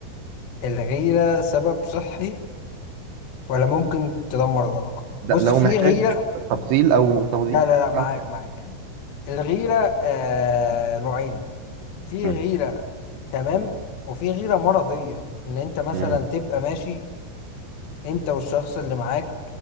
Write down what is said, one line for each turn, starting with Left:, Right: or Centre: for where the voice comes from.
Left: الغيرة سبب صحي ولا ممكن تدمر العلاقة
Right: ده
Left: بص
Right: لو
Left: في
Right: محتاج
Left: غيرة
Right: تفصيل او توضيح
Left: لا لا لا معاك
Right: أنا
Left: معاك الغيرة آه نوعين في
Right: مم.
Left: غيرة تمام وفي غيرة مرضية ان انت مثلا
Right: مم.
Left: تبقى ماشي انت والشخص اللي معاك